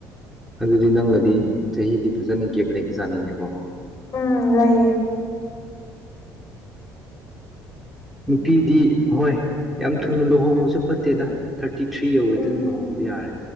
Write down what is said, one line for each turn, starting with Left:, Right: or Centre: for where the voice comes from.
Centre: ꯑꯗꯨꯗꯤ ꯅꯪꯒꯗꯤ ꯆꯍꯤꯗꯤ ꯐꯖꯅ ꯒꯦꯞ ꯂꯩꯕꯖꯥꯠꯅꯤꯅꯦꯀꯣ
Left: ꯎꯝ ꯂꯩꯌꯦ
Centre: ꯅꯨꯄꯤꯗꯤ ꯍꯣꯏ ꯌꯥꯝ ꯊꯨꯅ ꯂꯨꯍꯣꯡꯕꯁꯨ ꯐꯠꯇꯦꯗ ꯊꯥꯔꯇꯤ ꯊ꯭ꯔꯤ ꯌꯧꯔꯗꯤ
Left: ꯎꯝ
Centre: ꯂꯨꯍꯣꯡꯕ ꯌꯥꯔꯦ